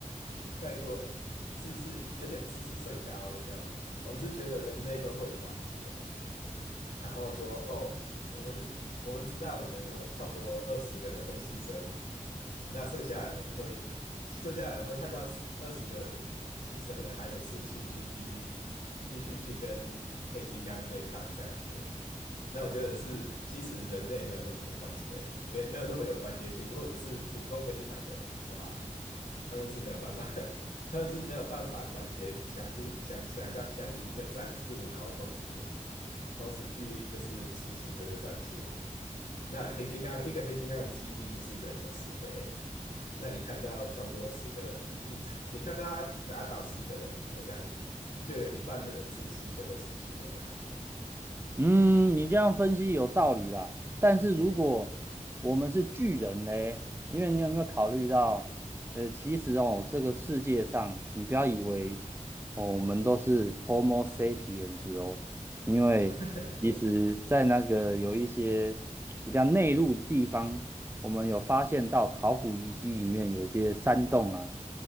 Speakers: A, on the left; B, on the right.
A: 太过自视，有点自视甚高，有没有？我们是觉得人类都会团结，然后说哦，我们我们知道我们有差不多二十个人会牺牲，那剩下人会剩下人会看到二十个人牺牲了，还有士气去继续继续去跟黑金刚对抗这样子。那我觉得是，其实人类没有那么团结，没没有那么有团结性。如果只是普通的一百个人的话，他们是没有办法 <laughs> 他们是没有办法团结，想出想想到想起一个战术，然后同时同时去就是执行这个战术。那黑金刚一个黑金刚的肌力是人的十倍，那你看到差不多十个，你你看到他打倒十个人，我想就有一半的人士气就会失去了。
B: 嗯，你这样分析有道理啦。但是如果我们是巨人呢？因为你有没有考虑到，呃，其实哦，这个世界上，你不要以为哦，我们都是 Homo sapiens 哦，因为其实在那个有一些比较内陆地方，
A: <laughs>
B: 我们有发现到考古遗迹里面有一些山洞啊，